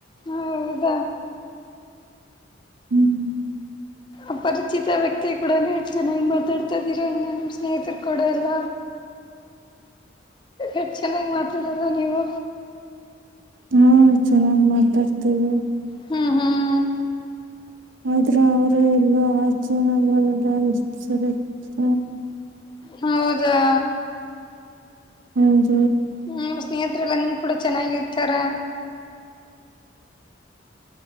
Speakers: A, on the left; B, on the right.
A: ಹೌದ
B: ಹ್ಮ್
A: ಅಪರಿಚಿತ ವ್ಯಕ್ತಿ ಕೂಡ ನೀವು ಮಾತಾಡ್ತಾ ಇದೀರಾ ನಿಮ್ಮ್ ಸ್ನೇಹಿತರು ಕೂಡ ಅಲ್ಲ ಎಟ್ ಚೆನ್ನಂಗ ಮಾತಾಡಲ್ಲ ನೀವು
B: ಹಾ ಚೆನ್ನಾಗಿ ಮಾತಾಡ್ತೇವಿ
A: ಹ್ಮ್ ಹ್ಮ್
B: ಆದ್ರೆ ಅವರ ಎಲ್ಲೋ <unintelligible> ಆಚನದ ಎಷ್ಟು ಸ
A: ಹೌದಾ
B: ಹ್ಮ್
A: ಹ್ಮ್ ನಿಮ್ಮ ಸ್ನೇಹತ್ರೆಲ್ಲಾ ನಿಮ್ ಕೂಡ ಚೆನ್ನಾಗಿರ್ತಾರ